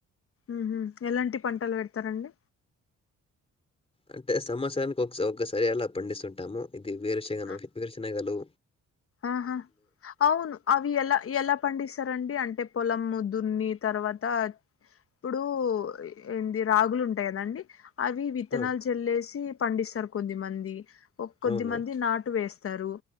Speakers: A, on the left; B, on the left.
A: ఉహ ఎలాంటి పంటలు పెడతారండి
B: అంటే సంవత్సరానికి ఒక్కసా ఒక్కసారి అలా పండిస్తుంటాము ఇది వేరుశగన
A: ఆ
B: వేరుశనగలు
A: ఆహా అవును అవి ఎలా ఎలా పండిస్తారండి అంటే పొలం దున్ని తర్వాత ఇప్పుడు ఏండి రాగులు ఉంటాయి కదండీ అవి విత్తనాలు
B: ఆ!
A: చెల్లేసి పండిస్తారు కొద్దిమంది ఒక్ కొద్దిమంది
B: అవును.
A: నాటు వేస్ తరు